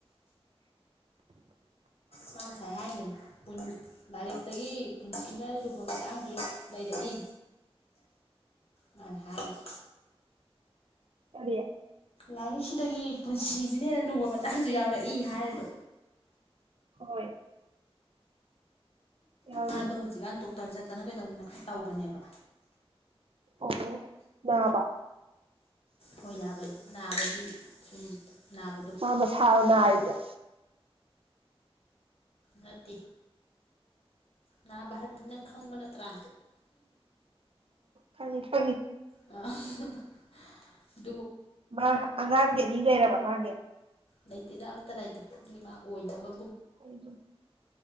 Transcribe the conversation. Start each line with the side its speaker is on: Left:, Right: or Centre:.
Left: ꯃꯥꯅ ꯉ ꯁꯥꯏ ꯍꯥꯏꯅꯤ ꯂꯥꯏꯔꯤꯛꯇꯒꯤ ꯄꯨꯟꯁꯤꯅ ꯂꯨꯕ ꯃꯇꯥꯡꯗ ꯂꯩꯔꯛꯏ ꯃꯥꯅ ꯍꯥꯏꯔꯤ
Right: ꯀꯗꯌꯥ
Left: ꯂꯥꯏꯔꯤꯛꯁꯤꯗꯒꯤ ꯄꯨꯟꯁꯤꯁꯤꯅ ꯍꯦꯟꯅ ꯂꯨꯕ ꯃꯇꯥꯡꯁꯨ ꯌꯥꯎꯔꯛꯏ ꯍꯥꯏꯔꯤꯕ
Right: ꯍꯣꯏ ꯌꯥꯎꯔꯤꯅꯤ
Left: ꯍ ꯇ ꯍꯧꯖꯤꯒꯥꯟ ꯇ ꯗꯣꯛꯇꯔ ꯆꯠꯇꯅ ꯀꯩꯗꯧꯗꯅ ꯈꯔ ꯇꯧꯕꯅꯦꯕ
Right: ꯑꯣ ꯅꯥꯕ
Left: ꯍꯣꯏ ꯅꯥꯕ ꯅꯥꯕꯗꯤ ꯁꯨꯝ ꯅꯥꯕꯗꯣ
Right: ꯑ ꯁꯔꯅ ꯍꯥꯏ ꯌꯥ
Left: ꯅꯠꯇꯦ ꯅꯥꯕ ꯍꯥꯏꯕꯗꯤ ꯅꯪ ꯈꯪꯕ ꯅꯠꯇ꯭ꯔꯥ
Right: ꯈꯪꯦ ꯐꯉꯦ
Left: ꯑ
Right: ꯃꯥ ꯑꯉꯥꯡꯒꯤꯅꯤ ꯂꯩꯔꯕ ꯃꯥꯒꯤ
Left: ꯂꯩꯇꯦꯗ ꯑꯝꯇ ꯂꯩꯇꯦ ꯑꯗꯨꯒꯤ ꯃꯥ ꯑꯣꯏꯅꯕ
Right: ꯍꯥꯏꯅ